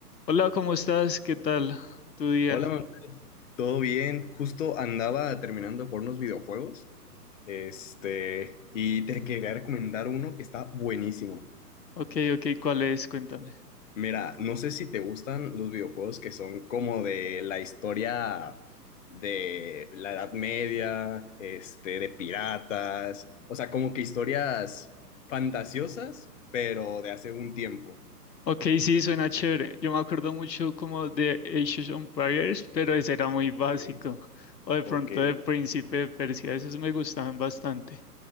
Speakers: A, on the left; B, on the left.
A: Hola, ¿cómo estás? ¿Qué tal tu día?
B: Hola, Manuel. ¿todo bien? Justo andaba terminando de jugar unos videojuegos. Este, y te quería recomendar uno que está buenísimo.
A: Ok, ok, ¿cuál es? Cuéntame.
B: Mira, no sé si te gustan los videojuegos que son como de la historia de la Edad Media, este, de piratas, o sea, como que historias fantasiosas, pero de hace un tiempo.
A: Ok, sí, suena chévere. Yo me acuerdo mucho como de Age of Empires, pero ese era muy básico.
B: Ok,
A: O de pronto
B: ok.
A: de Príncipe de Persia, esos me gustaban bastante.